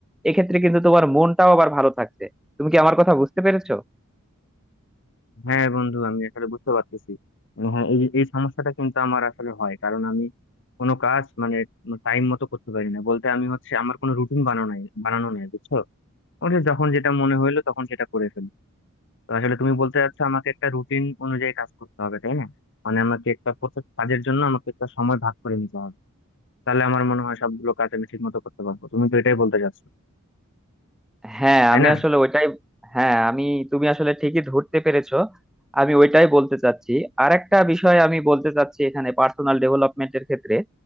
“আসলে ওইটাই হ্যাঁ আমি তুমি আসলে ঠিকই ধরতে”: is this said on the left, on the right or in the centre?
Centre